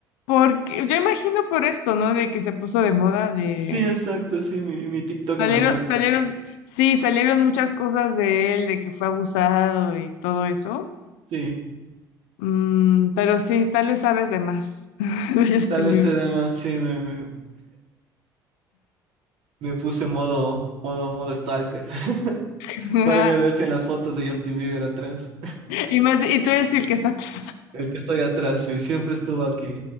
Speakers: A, on the left; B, on the right.
A: Porque yo imagino por esto, ¿no? De que se puso de moda de...
B: Sí, exacto, sí, mi, mi TikTok me,
A: Salieron,
B: me-
A: salieron, sí, salieron muchas cosas de él, de que fue abusado y todo eso.
B: sí,
A: Mm, pero sí, tal vez sabes de más <laughs> de Justin
B: tal vez
A: Bieber.
B: se dé más, sí, me, me, me puse modo, modo, modo stalker. <laughs>
A: <laughs>
B: Por ahí me ves en las fotos de Justin Bieber atrás.
A: Y más, y tú eres el que está atrás.
B: El que estoy atrás, sí, siempre estuvo aquí.